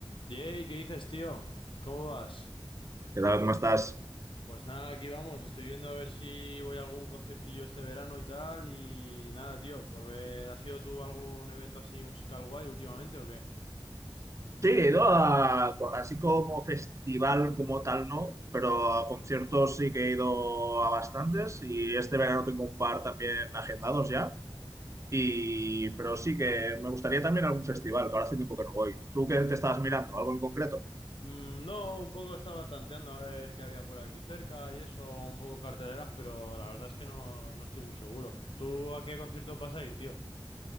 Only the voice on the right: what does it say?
¿Qué tal? ¿Cómo estás?
Sí, ¿no? A- así como festival como tal no, pero a conciertos sí que he ido a bastantes y este verano tengo un par también agendados ya. Y, pero sí que me gustaría también algún festival, que ahora hace tiempo que no voy. ¿Tú qué te estabas mirando? ¿Algo en concreto?